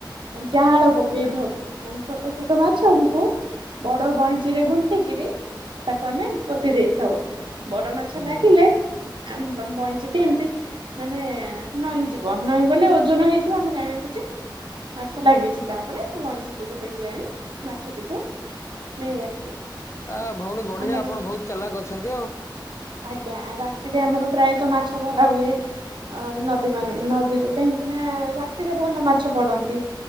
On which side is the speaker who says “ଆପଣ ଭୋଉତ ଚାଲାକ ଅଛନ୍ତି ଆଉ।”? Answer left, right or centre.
Left